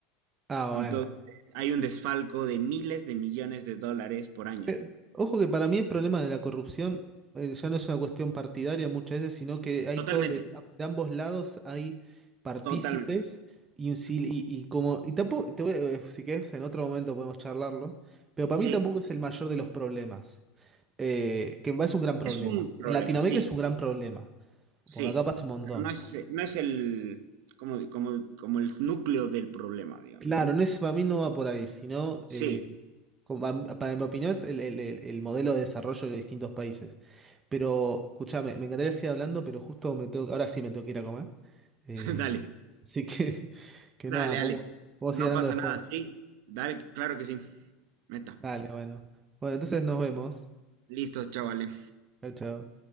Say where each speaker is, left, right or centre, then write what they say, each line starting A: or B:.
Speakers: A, on the right; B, on the right.
A: Ah,
B: Entonces,
A: bueno.
B: hay un desfalco de miles de millones de dólares por año.
A: Eh, Ojo que para mí el problema de la corrupción eh, ya no es una cuestión partidaria muchas veces, sino que hay
B: Totalmente.
A: todo de, de ambos lados hay partícipes
B: Totalmente.
A: y, un sil- y, y como y tampoco te voy a- eh, si querés en otro momento podemos charlarlo, pero para
B: Sí.
A: mí tampoco es el mayor de los problemas, eh, que me parece un gran problema.
B: Es un problema,
A: En Latinoamérica
B: sí,
A: es un gran problema,
B: sí.
A: porque acá pasa un montón.
B: Pero no es, eh, no es el, como, como, como el núcleo del problema, digamos,
A: Claro,
B: ¿no?
A: no es, para mí no va por ahí, sino,
B: Sí,
A: eh, como va- para mi opinión, es el, el- el- el modelo de desarrollo de distintos países. Pero, escúchame, me encantaría seguir hablando, pero justo me tengo, ahora sí me tengo que ir a comer. Eh,
B: <laughs> dale,
A: así que, <laughs> que
B: dale,
A: nada,
B: dale.
A: podemos, podemos
B: No
A: ir hablando
B: pasa
A: después.
B: nada, sí. Dale, claro que sí. Meta.
A: Dale, bueno. Bueno, entonces nos vemos.
B: Listo, chavales.
A: Chao, chao.